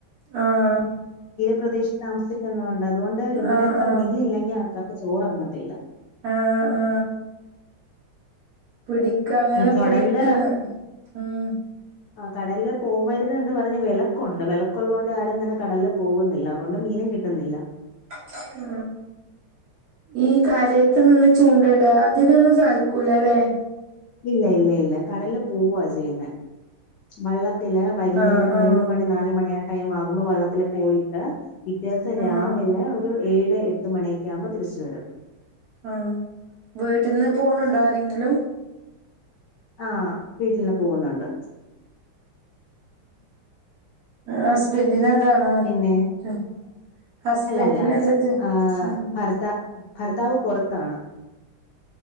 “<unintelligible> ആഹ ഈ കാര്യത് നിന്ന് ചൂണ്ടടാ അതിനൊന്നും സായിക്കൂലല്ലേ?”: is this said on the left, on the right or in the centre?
Right